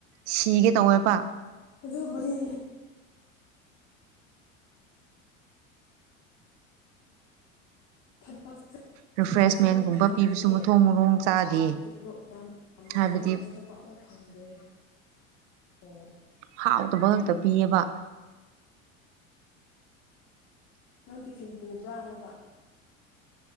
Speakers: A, on the right; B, on the left.
A: ꯁꯤꯒꯦ ꯇꯧꯋꯦꯕ
B: ꯑꯗꯨꯕꯨꯗꯤ ꯊꯃ <inaudible>
A: ꯔꯤꯐ꯭ꯔꯦꯁꯃꯦꯟꯒꯨꯝꯕ
B: ꯊꯤꯔꯁꯨ ꯑꯃꯨꯛ ꯐꯪꯗꯦꯌꯦ
A: ꯄꯤꯕꯁꯨ ꯃꯊꯣꯡ ꯃꯔꯣꯡ ꯆꯥꯗꯦ
B: ꯇꯣ꯭ꯂꯣꯞ ꯌꯥꯝ ꯌꯥꯝꯗꯕ
A: ꯍꯥꯏꯕꯗꯤ
B: ꯍꯥꯏꯔꯁꯨ ꯊꯕꯛ ꯐꯪꯗ ꯑꯣ
A: ꯍꯥꯎꯇꯕ ꯉꯥꯛꯇ ꯄꯤꯑꯦꯕ
B: ꯅꯪ ꯇꯤꯐꯤꯟ ꯄꯨꯕ꯭ꯔꯥ ꯍꯥꯏꯕ